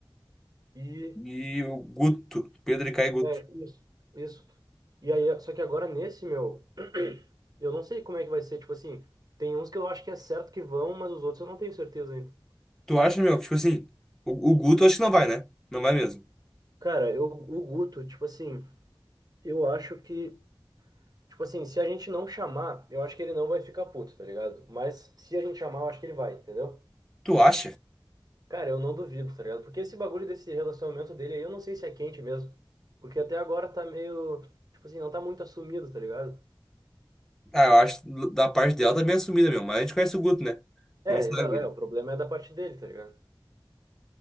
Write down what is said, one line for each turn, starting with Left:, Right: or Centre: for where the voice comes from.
Right: e.
Centre: E o Guto. Pedro e Caio Guto.
Right: É, isso, isso. E aí, só que agora nesse, meu, <clears throat> eu não sei como é que vai ser, tipo assim, tem uns que eu acho que é certo que vão, mas os outros eu não tenho certeza ainda.
Centre: Tu acha, meu, que, tipo assim, o, o Guto acho que não vai, né? Não vai mesmo.
Right: Cara, eu, o Guto, tipo assim, eu acho que, tipo assim, se a gente não chamar, eu acho que ele não vai ficar puto, tá ligado? Mas se a gente chamar, eu acho que ele vai, entendeu?
Centre: Tu acha?
Right: Cara, eu não duvido, tá ligado? Porque esse bagulho desse relacionamento dele aí, eu não sei se é quente mesmo. Porque até agora tá meio, tipo assim, não tá muito assumido, tá ligado?
Centre: Ah, eu acho que da parte dela tá bem assumida, meu. Mas a gente conhece o Guto, né?
Right: É,
Centre: Não sabe.
Right: exa é, o problema é da parte dele, tá ligado?